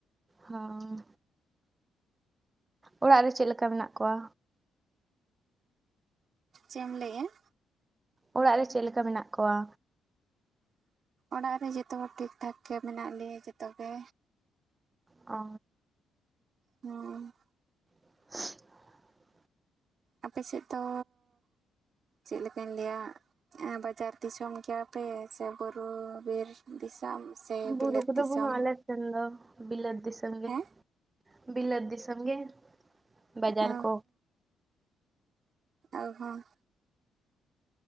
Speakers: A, on the right; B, on the right.
A: ᱚ᱾ ᱚᱲᱟᱜ ᱨᱮ ᱪᱮᱫ ᱞᱮᱠᱟ ᱢᱮᱱᱟᱜ ᱠᱚᱣᱟ?
B: ᱪᱮᱫ ᱮᱢ ᱞᱟᱹᱭᱮᱜᱼᱟ?
A: ᱚᱲᱟᱜ ᱨᱮ ᱪᱮᱫ ᱞᱮᱠᱟ ᱢᱮᱱᱟᱜ ᱠᱚᱣᱟ?
B: ᱚᱲᱟᱜ ᱨᱮ ᱡᱚᱛᱚ ᱦᱚᱲ ᱴᱷᱤᱠ ᱴᱷᱟᱠ ᱜᱮ ᱢᱮᱱᱟᱜ ᱞᱮᱭᱟ ᱡᱚᱛᱚ ᱜᱮ᱾
A: ᱚ᱾
B: ᱦᱩᱸ
A: <inaudible>
B: ᱟᱯᱮᱥᱮᱫ ᱫᱚ ᱪᱮᱫ ᱞᱮᱠᱟᱧ ᱞᱟᱹᱭᱟ, ᱵᱟᱡᱟᱨ ᱫᱤᱥᱚᱢ ᱜᱮᱭᱟᱯᱮ ᱥᱮ ᱵᱩᱨᱩ ᱵᱤᱨ? ᱫᱤᱥᱚᱢ ᱥᱮ
A: ᱵᱩᱨᱩ
B: ᱵᱤᱞᱟᱹᱛ
A: ᱠᱚᱫᱚ
B: ᱫᱤᱥᱚᱢ
A: ᱵᱟᱹᱱᱩᱜ-ᱟ ᱟᱞᱮ ᱥᱮᱱ ᱫᱚ ᱵᱤᱞᱟᱹᱛ ᱫᱤᱥᱚᱢ ᱜᱮ᱾
B: ᱦᱮᱸ
A: ᱵᱤᱞᱟᱹᱚᱛ ᱫᱤᱥᱚᱢ ᱜᱮ᱾ ᱵᱟᱡᱟᱨ
B: ᱚ
A: ᱠᱚ,
B: ᱟᱞᱮ ᱦᱚᱸ᱾